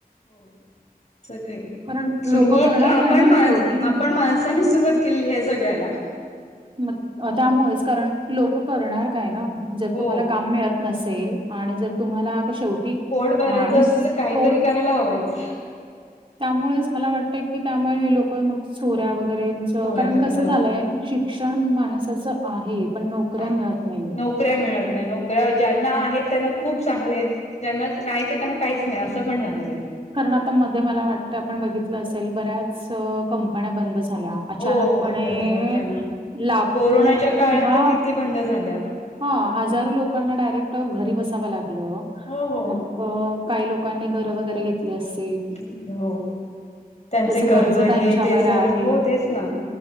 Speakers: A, on the left; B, on the right.
A: हो सगळे
B: कारण
A: सुरवात
B: लोकं करणार
A: आपण
B: काय ना
A: माण
B: शेवटी
A: आपण माणसानीच सुरुवात क हे जग्याला
B: म त्यामुळेच कारण लोक करणार काय ना जर
A: हो
B: तुम्हाला काम मिळत नसेल आणि जर तुम्हाला आता शेवटी
A: पोट भरायचं
B: माणूसोट
A: असेल तर काहीतरी करायला हवायच
B: त्यामुळेच मला वाटत कि त्यामुळे हे लोक मग चोऱ्या वगैरेच
A: चोऱ्या
B: कारण
A: करतात
B: कसं झालंय शिक्षण माणसाचं आहे पण नोकऱ्या
A: आहे
B: मिळत नाही
A: नोकऱ्या मिळत नाही नोकऱ्या ज्यांना आहेत त्यांना खूप चांगले ज्यांना नाही ते त्यांना काहीच नाही अस असं पण झालेलं आहे
B: कारण आता मध्ये मला वाटत आपण बघितलं असेल बऱ्याच कंपन्या बंद झा अचानकपणे
A: हो हो बंद झालं अचानक
B: लाखो
A: कोरोनाच्या काळात
B: किंवा
A: तर किती बंद झाल्या
B: हा हजारो लोकांना डायरेक्ट घरी बसावं लागलं
A: हो हो
B: मग अ काही लोकांनी घर वगैरे घेतली असते
A: ग हो त्यांचे
B: त्याचं
A: कर्ज हे
B: त्यांच्यावर
A: ते सगळं
B: आहे.
A: हो तेच ना